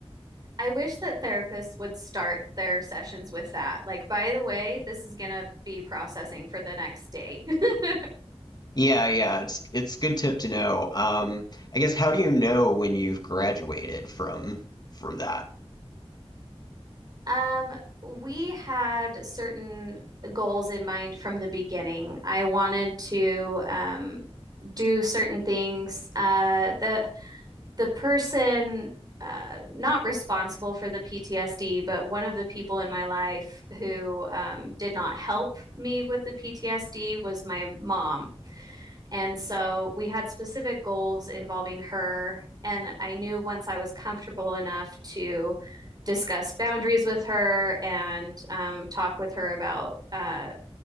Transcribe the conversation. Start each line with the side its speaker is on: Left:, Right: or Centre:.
Right: I wish that therapists would start their sessions with that. Like, by the way, this is going to be processing for the next day. <laughs>
Left: Yeah, yeah, it's it's good tip to know. Um, I guess how do you know when you've graduated from from that?
Right: Um, we had certain goals in mind from the beginning. I wanted to um, do certain things. Uh, the the person uh, not responsible for the PTSD, but one of the people in my life who um, did not help me with the PTSD was my mom. And so we had specific goals involving her. And I knew once I was comfortable enough to discuss boundaries with her and um, talk with her about uh,